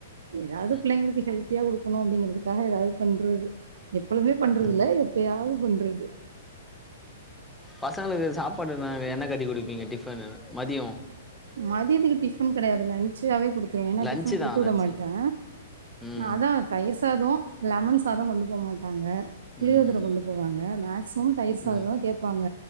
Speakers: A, on the right (about 85°); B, in the centre.
A: ஏதாவது
B: ம்
A: பிள்ளைங்களுக்கு ஹெல்த்தியா குடுக்கணு அப்படிங்கறதுக்காக ஏதாவது பண்றது எப்பழுதுமே பண்றது
B: ம்
A: இல்ல
B: ம்
A: எப்பயாவது பண்றது
B: பசங்களுக்கு சாப்பாடுங்க என்ன கட்டி குடுப்பீங்க டிஃபன்னு மதியோ
A: மதியத்துக்கு டிஃபன் கெடையாதுல்ல லஞ்ச்சாவே குடுத் தே ஏன்னா
B: லன்ச்சு
A: டிபன் குடுத்து
B: தா
A: விட
B: லன்ச்சு
A: மாட்டே
B: ம்
A: அதா தயிர் சாதோ லெமன் சாதோ கொண்டு போக மாட் டாங்க புளியோதரை
B: ம்
A: கொண்டு போவாங்க மேக்சிமம் தயிர் சாத
B: ம்
A: தா கேப்பாங்க